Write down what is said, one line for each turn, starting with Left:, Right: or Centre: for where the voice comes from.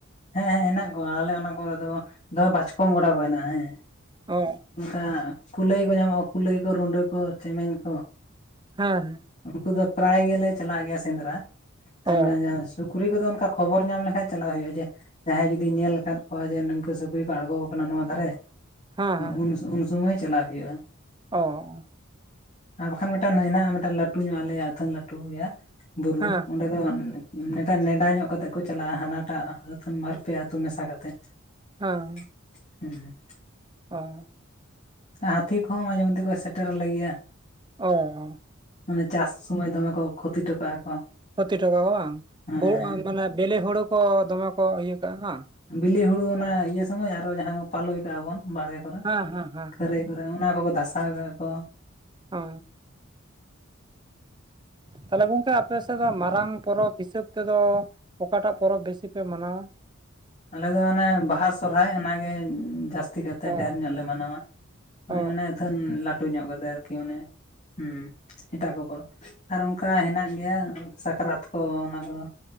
Left: ᱦᱮᱸ ᱦᱮᱸ ᱦᱮᱱᱟᱜ ᱠᱚᱣᱟ ᱟᱞᱮ ᱚᱱᱟ ᱠᱚᱨᱮ ᱫᱚ ᱫᱚᱢᱮ ᱵᱟᱡᱠᱚᱢ ᱜᱚᱰᱟ ᱠᱚ ᱦᱮᱱᱟᱜᱼᱟ ᱦᱮᱸ᱾
Right: ᱚ
Left: ᱟᱸ ᱠᱩᱞᱟᱹᱭ ᱠᱚ ᱧᱟᱢᱚᱜᱼᱟ ᱠᱩᱞᱟᱹᱭ ᱠᱚ ᱨᱩᱸᱰᱟᱹ ᱠᱚ ᱪᱮᱢᱮᱱ ᱠᱚ᱾
Right: ᱦᱮᱸᱦᱮᱸ
Left: ᱩᱱᱠᱩ ᱫᱚ ᱯᱨᱟᱭ ᱜᱮᱞᱮ ᱪᱟᱞᱟᱜ ᱜᱮᱭᱟ ᱥᱮᱸᱫᱽᱨᱟ <unintelligible>
Right: ᱚ
Left: ᱥᱩᱠᱨᱤ ᱠᱚᱫᱚ ᱚᱱᱠᱟ ᱠᱷᱚᱵᱚᱨ ᱧᱟᱢ ᱞᱮᱠᱷᱟᱱ ᱪᱟᱞᱟᱜ ᱦᱩᱭᱩᱜᱼᱟ᱾ ᱡᱮ ᱡᱟᱦᱟᱸᱭ ᱡᱩᱫᱤ ᱧᱮᱞ ᱟᱠᱟᱫ ᱠᱚᱣᱟ ᱡᱮ ᱱᱤᱝᱠᱟᱹ ᱥᱩᱠᱨᱤ ᱠᱚ ᱟᱬᱜᱚ ᱠᱟᱱᱟ ᱱᱚᱣᱟ ᱫᱷᱟᱨᱮ,
Right: ᱦᱮᱸ ᱦᱮᱸ
Left: ᱩᱱ ᱩᱱ ᱥᱚᱢᱚᱭ ᱪᱟᱞᱟᱜ ᱦᱩᱭᱩᱜᱼᱟ᱾
Right: ᱚ
Left: ᱟᱨ ᱵᱟᱠᱷᱟᱱ ᱢᱤᱫᱴᱟᱝ ᱦᱮᱱᱟᱜᱼᱟ ᱢᱤᱫᱴᱟᱝ ᱞᱟᱹᱴᱩ ᱧᱚᱜ ᱟᱞᱮᱭᱟᱜ ᱟᱹᱛᱩ ᱞᱟᱹᱴᱩᱭᱟ ᱵᱩᱨᱩ
Right: ᱦᱮᱸ
Left: ᱚᱸᱰᱮ ᱟᱫᱚ ᱱᱮᱛᱟᱨ ᱱᱮᱰᱟ ᱧᱚᱜ ᱠᱟᱛᱮᱜ ᱠᱚ ᱪᱟᱞᱟᱜᱼᱟ ᱦᱟᱱᱟᱴᱟᱜ ᱵᱟᱨ ᱯᱮ ᱟᱹᱛᱩ ᱢᱮᱥᱟ ᱠᱟᱛᱮᱫ
Right: ᱦᱚᱸ
Left: <unintelligible>
Right: <unintelligible>
Left: ᱦᱟᱹᱛᱤ ᱠᱚᱦᱚᱸ ᱢᱟᱡᱷᱮ ᱢᱚᱫᱽᱫᱷᱮ ᱠᱚ ᱥᱮᱴᱮᱨ ᱟᱞᱮ ᱜᱮᱭᱟ
Right: ᱚ
Left: ᱢᱟᱱᱮ ᱪᱟᱥ ᱥᱚᱢᱚᱭ ᱫᱚᱢᱮ ᱠᱚ ᱠᱷᱚᱛᱤ ᱦᱚᱴᱚ ᱠᱟᱜᱼᱟ ᱠᱚ᱾
Right: ᱠᱷᱚᱛᱤ ᱦᱚᱴᱚ ᱠᱟᱜ ᱠᱚ
Left: ᱦᱮᱸ
Right: ᱵᱟᱝ ᱢᱟᱱᱮ ᱵᱮᱞᱮ ᱦᱩᱲᱩ ᱠᱚ ᱫᱚᱢᱮ ᱠᱚ ᱤᱭᱟᱹ ᱠᱟᱜᱼᱟ ᱵᱟᱝ?
Left: ᱵᱤᱞᱤ ᱦᱩᱲᱩ ᱚᱱᱟ ᱤᱭᱟᱹ ᱥᱚᱢᱚᱭ ᱟᱨᱚ ᱡᱟᱦᱟᱸ ᱠᱚ ᱯᱟᱞᱚᱭ ᱠᱟᱜᱼᱟ ᱵᱚᱱ ᱵᱟᱲᱜᱮ ᱠᱚᱨᱮ
Right: ᱦᱮᱸ ᱦᱮᱸ ᱦᱮᱸ
Left: ᱠᱷᱟᱹᱨᱟᱹᱭ
Right: ᱦᱮᱸ
Left: ᱠᱚ ᱨᱮ᱾ ᱚᱱᱟ ᱠᱚᱠᱚ ᱫᱷᱟᱥᱟᱣ ᱟᱠᱚ᱾
Right: ᱚ ᱛᱟᱦᱚᱞᱮ ᱜᱚᱝᱠᱮ ᱟᱯᱮ ᱥᱮᱫ ᱫᱚ ᱢᱟᱨᱟᱝ ᱯᱚᱨᱚᱵᱽ ᱦᱤᱥᱟᱹᱵ ᱛᱮᱫᱚ ᱚᱠᱟᱴᱟᱜ ᱯᱚᱨᱚᱵᱽ ᱵᱮᱥᱤ ᱯᱮ ᱢᱟᱱᱟᱣᱟ?
Left: ᱟᱞᱮ ᱫᱚ ᱚᱱᱮ ᱵᱟᱦᱟ ᱥᱚᱨᱦᱟᱭ ᱚᱱᱟᱜᱮ ᱡᱟᱹᱥᱛᱤ ᱠᱟᱛᱮ
Right: ᱚ
Left: ᱰᱷᱮᱨ ᱧᱚᱜ ᱞᱮ ᱢᱟᱱᱟᱣᱟ᱾ ᱢᱟᱱᱮ
Right: ᱚ
Left: ᱚᱱᱮ ᱟᱹᱛᱷᱟ. ᱱ ᱞᱟᱹᱴᱩ ᱧᱚᱜ ᱠᱟᱛᱮ ᱟᱨᱠᱤ ᱚᱱᱮ ᱦᱩᱸ, ᱮᱴᱟᱜ ᱠᱚᱠᱚ ᱟᱨ ᱚᱱᱠᱟ ᱦᱮᱱᱟᱜ ᱜᱮᱭᱟ ᱥᱟᱠᱨᱟᱛ ᱠᱚ ᱚᱱᱟ ᱠᱚᱫᱚ